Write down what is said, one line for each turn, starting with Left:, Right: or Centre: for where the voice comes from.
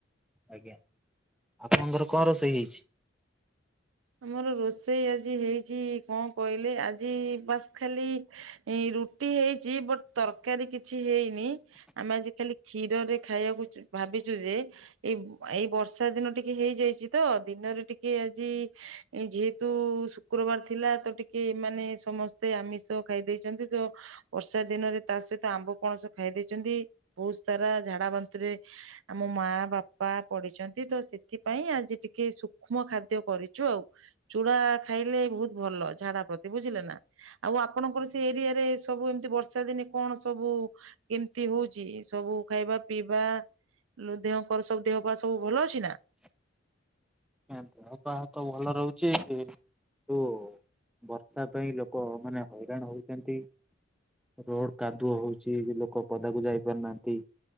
Centre: ଆଜ୍ଞା ଆପଣଙ୍କର କଣ ରୋଷେଇ ହେଇଛି?
Right: ଆମର ରୋଷେଇ ଆଜି ହେଇଛି କଁ କଇଲେ ଆଜି ବାସ୍ ଖାଲି ରୁଟି ହେଇଚି ବଟ୍ ତରକାରୀ କିଛି ହେଇ ନି ଆମେ ଆଜି ଖାଲି କ୍ଷୀରରେ ଖାଇବାକୁ ଭାବିଚୁ ଯେ ଏଇ ଏଇ ବର୍ଷା ଦିନ ଟିକେ ହେଇଯାଇଚି ତ ଦିନରେ ଟିକେ ଆଜି ଯେହେତୁ ଶୁକ୍ରବାର ଥିଲା ତ ଟିକେ ଏମାନେ ସମସ୍ତେ ଆମିଷ ଖାଇଦେଇଚନ୍ତି ତ। ବର୍ଷା ଦିନରେ ତା ସହିତ ଆମ୍ବ, ପଣସ ଖାଇ ଦେଇଚନ୍ତି ବହୁତ ସାରା ଝାଡା ବାନ୍ତିରେ ଆମ ମା ବାପା ପଡିିଚନ୍ତି ତ ସେଥିପାଇଁ ଆଜି ଟିକେ ସୂକ୍ଷ୍ମ ଖାଦ୍ୟ କରି ଚୁ ଆଉ ଚୁଡା ଖାଇଲେ ବହୁତୁ ଭଲ ଝାଡା ପ୍ରତି ବୁଝିଲେ ନା ଆଉ ଆପଣଙ୍କର ସେ ଏରିଆରେ ସବୁ ଏମିତି ବର୍ଷା ଦିନେ କଣ ସବୁ କେମିତି ହଉଚି ସବୁ ଖାଇବା ପିଇବା? ଲୋ ଦେହ କର ସବୁ ଦେହ ପା ସବୁ ଭଲ ଅଛି ନା?
Centre: ଦେହ ପା ତ ଭଲ ରହୁଚି କି ନ୍ତୁ ବର୍ଷା ପାଇଁ ଲୋକମାନେ ହଇରାଣ ହଉଚନ୍ତି। ରୋଡ କାନ୍ଦୁଅ ହଉଚି ଲୋକ ପଦାକୁ ଯାଇ ପାରୁନାହାନ୍ତି।